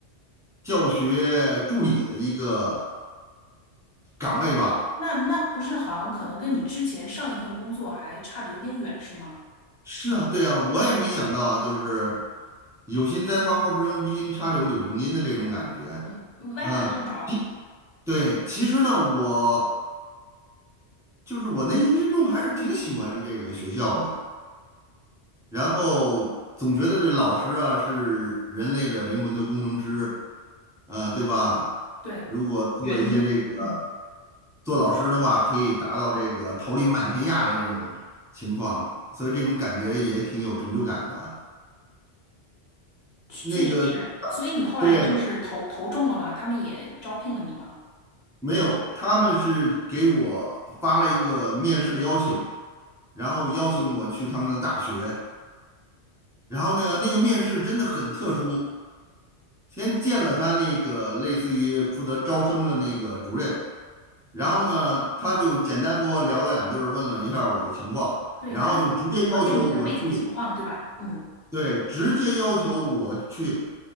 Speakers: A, in the centre; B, on the left.
A: 教学助理的一个岗位吧。
B: 那那不是好像可能跟你之前上一份工作还差的有点远，是吗？
A: 是啊，对啊，我也没想到，就是有心栽花花不成，无心插柳柳成荫的这种感觉。
B: 对，嗯，歪打正着，
A: 嗯，其对，其实呢，我就是我内心深处还是挺喜欢这个学校的，然后总觉得这老师啊是人类的灵魂的工程师，呃，对吧？
B: 对，
A: 如果做一些这个
B: 园丁，嗯。
A: 做老师的话，可以达到这个桃李满天下的这种情况，所以这种感觉也挺有成就感的。
B: 确实是。
A: 那个，
B: 所以你后来就是投投中了吗？
A: 对，
B: 他们也招聘了你吗？
A: 没有，他们是给我发了一个面试的邀请，然后邀请我去他们的大学，然后那个那个面试真的很特殊，先见了他那个类似于负责招生的那个主任，然后呢，他就简单跟我聊了两句儿问了一下儿我的情况，
B: 对，
A: 然后就直接要求我去。
B: 他了解你的背景情况，对吧？嗯，
A: 对，直接要求我去